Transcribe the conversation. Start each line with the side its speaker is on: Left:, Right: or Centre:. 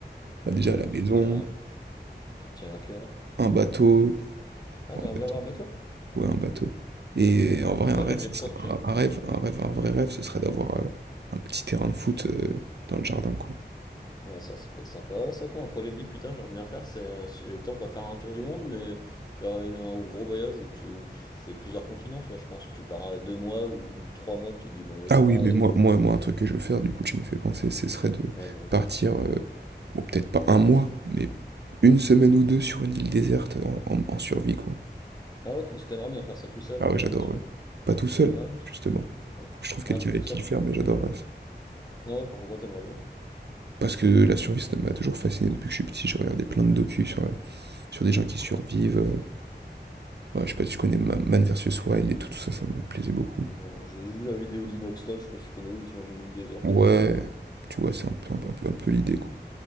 Right: bah, déjà
Left: Bon,
Right: la
Left: une
Right: maison,
Left: qui te tient, une qui te tient à cœur.
Right: un bateau,
Left: Ah,
Right: enfin,
Left: t'aimerais
Right: un bateau,
Left: bien avoir un bateau?
Right: ouais, un bateau. Et en vrai,
Left: Moi,
Right: un rêve,
Left: comme j'ai
Right: ce
Left: pro,
Right: serait,
Left: j'ai-
Right: un un rêve, un rêve, un vrai rêve, ce serait d'avoir euh, un petit terrain de foot euh, dans le jardin, quoi.
Left: ouais, ça, ça peut être sympa. Ouais, C'est quoi un projet de vie plus tard, j'aimerais bien faire, c'est, euh, si j'ai le temps, pas faire un tour du monde, mais faire une- un gros voyage où tu, où tu fais plusieurs continents, tu vois, je pense, où tu pars à deux mois ou trois mois, tu te dis, bon, allez,
Right: Ah
Left: je
Right: oui,
Left: pars
Right: mais
Left: et,
Right: moi, moi, moi, un truc que je veux faire, du coup, tu m'y fais penser, ce serait de
Left: ouais, dis-moi.
Right: partir, euh, bon, peut-être pas un mois, mais une semaine ou deux sur une île déserte en, en- en survie, quoi.
Left: Ah ouais, tous, t'aimerais bien faire ça tout seul,
Right: Ah
Left: euh,
Right: ouais, j'adorerais.
Left: en survie.
Right: Pas tout seul,
Left: Ouais,
Right: justement.
Left: Ah,
Right: Faut que je trouve quelqu'un
Left: ah, pas
Right: avec
Left: tout ça,
Right: qui
Left: non.
Right: le faire, mais j'adorerais ça.
Left: Ouais, pourquoi t'aimerais bien?
Right: Parce que la survie, ça m'a toujours fasciné depuis que je suis petit. J'ai regardé plein de docus sur, sur des
Left: Ok.
Right: gens qui survivent. euh, ouais, je sais pas si tu connais Ma- Man vs Wild et tout, tout ça, ça me plaisait beaucoup.
Left: Non, j'ai vu la vidéo d'Inoxtag, je sais pas si tu connais où, il était dans une île déserte
Right: Ouais,
Left: à un moment.
Right: tu vois, c'est un peu, un peu,
Left: Ouais.
Right: un peu, un peu l'idée, quoi.